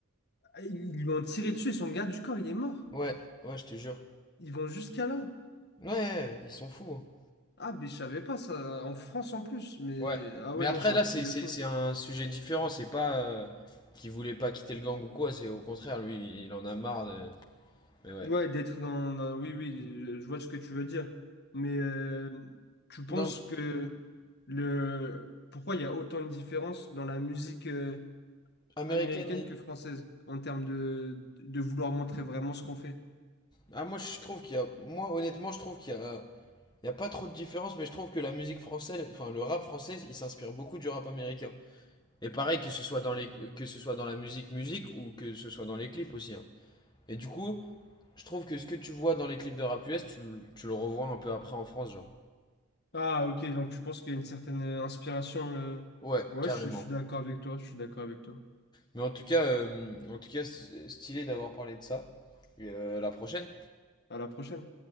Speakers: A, on the left; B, on the left.
A: Ah, Ils lui ont tiré dessus et son garde du corps, il est mort.
B: Ouais, ouais, je te jure.
A: Ils vont jusqu'à là.
B: Ouais, ouais, ouais, ils sont fous. hein.
A: Ah, mais je savais pas ça. En France en plus. Mais
B: Ouais.
A: ah
B: Mais
A: ouais,
B: après,
A: non, c'est
B: là,
A: un truc
B: c'est
A: de
B: c'est-
A: fond.
B: c'est un sujet différent. C'est pas euh, qu'il voulait pas quitter le gang ou quoi. C'est au contraire, lui, il en a marre de... Mais ouais.
A: Ouais, d'être dans. dans- Oui, oui, je je vois ce que tu veux dire. Mais euh, tu penses
B: Non,
A: que le. Pourquoi il y a autant une différence dans la musique euh,
B: américaine.
A: américaine
B: et-
A: que française en termes de, de vouloir montrer vraiment ce qu'on fait?
B: Ah, moi, je trouve qu'il y a. Moi, honnêtement, je trouve qu'il y a. Il y a pas trop de différence, mais je trouve que la musique française, enfin le rap français, il s'inspire beaucoup du rap américain. Et pareil, que ce soit dans les, que ce soit dans la musique musique ou que ce soit dans les clips aussi. hein. Et du coup, je trouve que ce que tu vois dans les clips de rap US, tu, le- tu le revois un peu après en France, genre.
A: Ah, ok, donc tu penses qu'il y a une certaine euh, inspiration. euh,
B: Ouais,
A: Ouais,
B: carrément.
A: je, je suis d'accord avec toi. Je suis d'accord avec toi.
B: Mais en tout cas, euh, en tout cas, c'est- stylé d'avoir parlé de ça. Et euh, la prochaine.
A: À la prochaine.